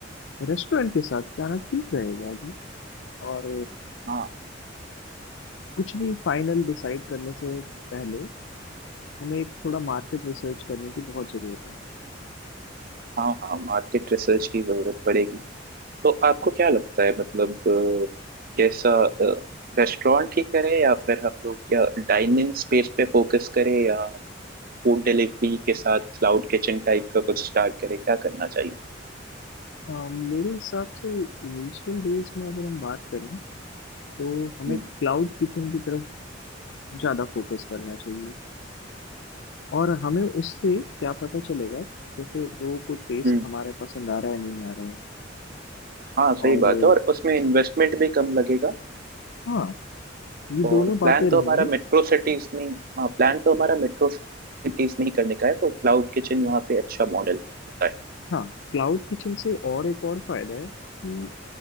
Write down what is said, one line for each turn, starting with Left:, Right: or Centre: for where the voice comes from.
Left: रेस्टोरेंट के साथ जाना ठीक रहेगा अभी और
Right: है हाँ
Left: कुछ भी फाइनल डिसाइड करने से पहले हमें एक थोड़ा मार्केट रिसर्च करने की बहुत ज़रूरत है
Right: हाँ हाँ मार्केट रिसर्च की जरूरत पड़ेगी तो आपको क्या लगता है मतलब अ, कैसा रेस्टोरेंट ही करें या फिर हम लोग क्या डाइनिंग स्पेस पे फोकस करें या फूड डिलीवरी के साथ क्लाउड किचन टाइप का कुछ स्टार्ट करें क्या करना चाहिए
Left: अ, मेरे हिसाब से इनिशियल डेज में अगर हम बात करें तो हमें
Right: हम्म
Left: क्लाउड किचन की तरफ ज़्यादा फोकस करना चाहिए और हमें उससे क्या पता चलेगा जैसे लोगों को टेस्ट
Right: हम्म
Left: हमारा पसंद आ रहा है नहीं आ रहा है
Right: हाँ सही
Left: और
Right: बात
Left: अ,
Right: है और उसमें इन्वेस्टमेंट भी कम लगेगा
Left: हाँ ये
Right: और
Left: दोनों बातें
Right: प्लान
Left: रहेंगी
Right: तो हमारा मेट्रो सिटीज में हाँ प्लान तो हमारा मेट्रो सिटीज में ही करने का है तो क्लाउड किचन वहाँ पे अच्छा मॉडल होता है
Left: हाँ क्लाउड किचन से और एक और फायदा है कि